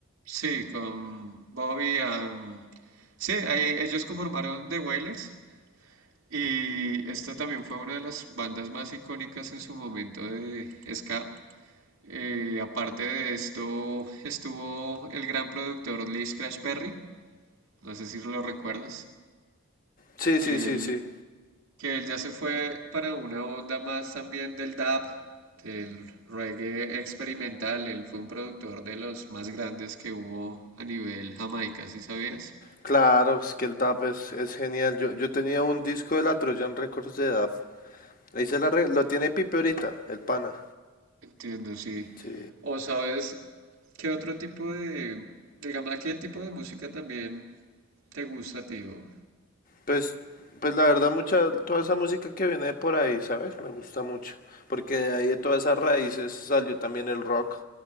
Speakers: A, on the right; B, on the left.
A: Sí, con Bobby. and- Sí, ahí ellos conformaron The Wailers y esta también fue una de las bandas más icónicas en su momento de ska. Eh, aparte de esto, estuvo el gran productor Lee Scratch Perry, no sé si lo recuerdas,
B: Sí,
A: que
B: sí, sí,
A: él,
B: sí.
A: que él ya se fue para una onda más también del dub, del reggae experimental. Él fue un productor de los más grandes que hubo a nivel Jamaica, ¿sí sabías?
B: Claro, es que el dub es, es genial. Yo, yo tenía un disco de la Trojan Records de dub. Ahí se la re- lo tiene Pipe ahorita, el pana.
A: Entiendo, sí.
B: Sí.
A: O sabes, ¿qué otro tipo de, digamos, a qué tipo de música también te gusta, tío?
B: Pues, pues la verdad, mucha, toda esa música que viene de por ahí, ¿sabes? Me gusta mucho. Porque de ahí de todas esas raíces salió también el rock